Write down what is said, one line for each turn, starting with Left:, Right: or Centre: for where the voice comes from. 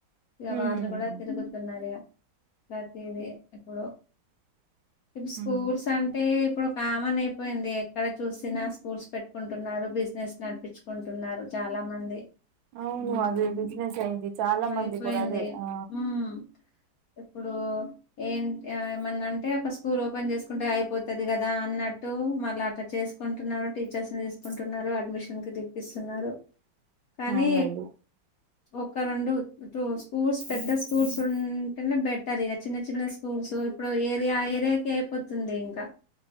Left: ఇక
Right: అవును
Left: వాళ్ళు
Right: హుహుహుహు.
Left: కూడా తిరుగుతున్నారు ఇక ప్రతి డే ఇప్పుడు ఇప్పుడు స్కూల్స్
Right: హ్మ్.
Left: అం అంటే ఇప్పుడు కామన్ అయిపోయింది ఎక్కడ చూసినా స్కూల్స్ పెట్టుకుంటున్నారు బిజినెస్ నడిపించుకుంటున్నారు చాలా మంది
Right: అవును.
Left: ఉమ్
Right: అదే బిజినెస్ అయింది చాలా
Left: అయిపోయింది
Right: మంది కూడా అదే ఆ
Left: ఉమ్ ఇప్పుడు ఏం ఏమన్నాంటే ఫస్ట్ స్కూల్ ఓపెన్ చేసుకుంటే అయిపోతది గదా అన్నట్టు మళ్ళ అట్లా చేసుకుంటున్నారు టీచర్స్ ని తీసుకు కుంటున్నారు అడ్మిషన్ కి తిప్పిస్తున్నారు కానీ
Right: అవునండి
Left: ఒక రెండు టు స్కూల్స్ పెద్ద స్కూల్స్ ఉన్ అంటనే బెటర్ ఇగ చిన్న చిన్న స్కూల్స్ ఇప్పుడు ఏరియా ఏరియాకి అయిపోతుంది ఇంకా